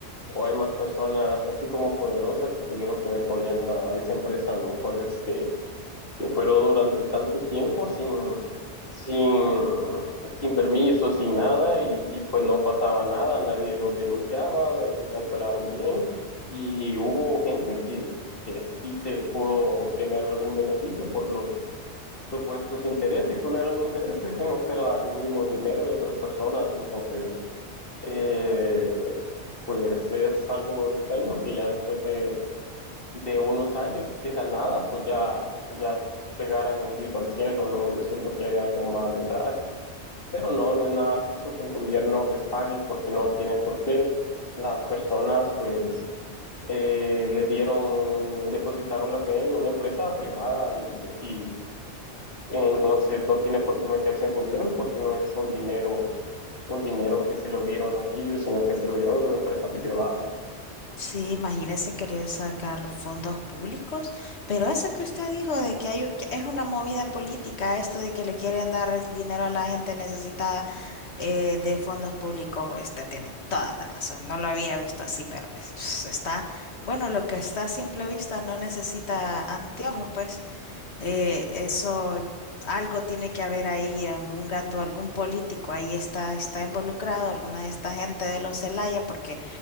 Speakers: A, on the left; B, on the left.
A: o hay más personas así como poderosas que tuvieron que ver con esa, esa empresa, ¿no? Por eso es que operó durante tanto tiempo sin, sin, sin permiso, sin nada y, y pues no pasaba nada, nadie lo denunciaba, operaron bien y hubo gente que, que sí se pudo obtener algún beneficio por los supuestos intereses, que no eran intereses, sino que era el mismo dinero de otras personas, entonces eh, pues es algo extraño que ya después de, de unos años, de la nada, pues ya, ya pegaran el grito al cielo, ¿no? Yo siento que hay algo más detrás, y- pero no, no es nada justo que el gobierno les pague porque no tiene por qué. Las personas, pues, eh, le dieron, depositaron la fe en una empresa privada y, y entonces no tiene por qué meterse el gobierno porque no es un dinero, un dinero que se lo dieron a ellos, sino que se lo dieron a una empresa privada.
B: Sí, imagínese querer sacar fondos públicos, pero eso que usted dijo de que hay, u- que es una movida política, esto de que le quieren dar es dinero a la gente necesitada eh, de fondos públicos, usted tiene toda la razón. No lo había visto así, pero es- es- está, bueno, lo que está a simple vista no necesita anteojos, pues. Eh, eso, algo tiene que haber ahí, algún gato, algún político ahí está, está involucrado, alguna de esta gente de los Celaya, porque